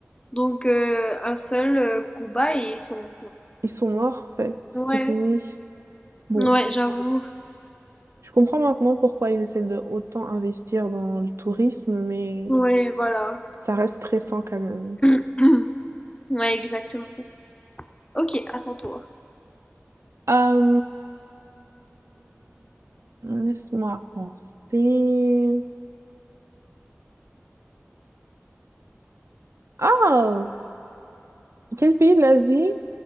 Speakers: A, on the left (about 20°); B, on the right (about 75°).
A: Donc euh, un seul euh, Cuba et ils sont
B: Ils sont morts, en fait, c'est
A: Ouais.
B: fini. Bon,
A: Ouais, j'avoue.
B: je comprends maintenant pourquoi ils essaient de autant investir dans le tourisme, mais
A: Ouais, voilà.
B: ça reste stressant quand même.
A: <clears throat> Ouais, exactement. Ok, à ton tour.
B: Euh, Laisse-moi penser. Ah, quel pays de l'Asie